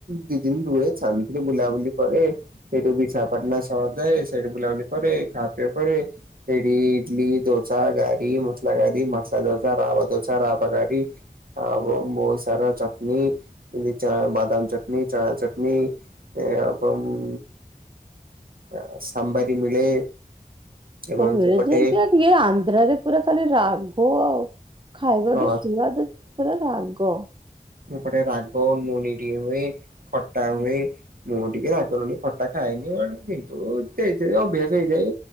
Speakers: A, on the right (about 80°); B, on the right (about 35°).
A: ଦି ଦିନ ରୁହେ ଛାନ୍ତିରେ ବୁଲାବୁଲି କରେ। ସେଇଠୁ ବିଶାଖାପାଟଣା ସହଯାଏ ସେଇଠୁ ବୁଲାବୁଲି କରେ ଖା ପିଅ କରେ। ସେଇଟି ଇଡଲି, ଦୋସା, ଗାରି, ମସଲା ଗାରି, ମସଲା ଦୋସା, ରାବା ଦୋସା, ରାବା ଗାରି ଆଉ ବହୁତ ସାରା ଚଟଣି ଯେମିତି ବାଦାମ ଚଟଣି ଚଣା ଚଟଣି। ଏ ଅବମ୍ମ ଆ ସାମ୍ବର ବି ମିଳେ। ଏବଂ
B: ହଉ ମିଳେ
A: ସେପଟେ
B: ଯେ <inaudible> ଟିକେ ଆନ୍ଧ୍ରାରେ ପୁରା ଖାଲି ରାଗ ଆଉ। ଖାଇବା
A: ହଁ
B: ବି ସୁଆଦ ତା ପରେ ରାଗ।
A: କୋଉପଟେ ରାଗ ଲୁଣି ଟିକେ ହୁଏ, ଖଟା ହୁଏ। ମୁଁ ଟିକେ ରାଗ ଲୁଣି ଖଟା ଖାଏନି ୱନ୍ କିନ୍ତୁ ତେଇଥିରେ ଅଭ୍ୟାସ ହେଇଯାଏ।